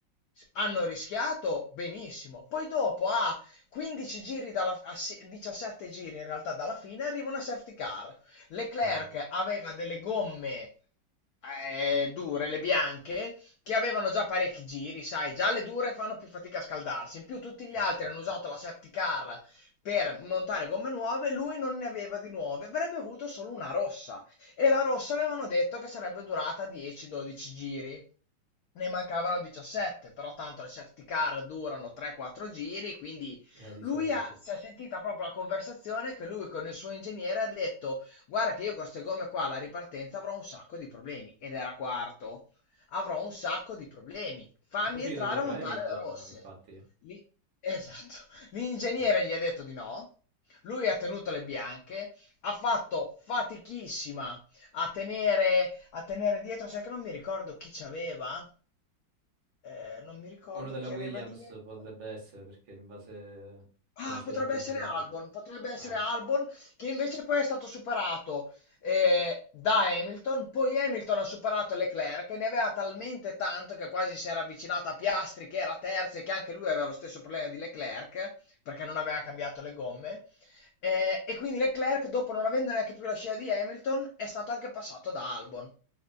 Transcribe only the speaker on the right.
<laughs>
Eh, infatti.
Eh, di
solito
sì. E
poi è finito
dietro
Hamilton,
infatti.
Vabbè.
Uno della
Williams
potrebbe essere perché in base a come
si
erano qualificati.
Eh,